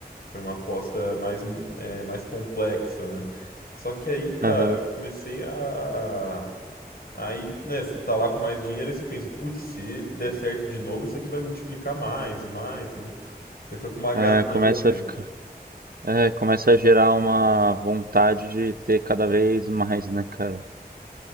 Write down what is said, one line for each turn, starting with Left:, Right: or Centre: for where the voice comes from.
Left: Foi uma aposta mais, é, mais complexa, né? Só que aí, cara,
Right: aham.
Left: eu comecei a. Aí, né, você tá lá com mais dinheiro e você pensa, putz, se der certo de novo, isso aqui vai multiplicar mais e mais, né? Você fica com uma ganância.
Right: É, começa a ficar. É, começa a gerar uma vontade de ter cada vez mais, né, cara?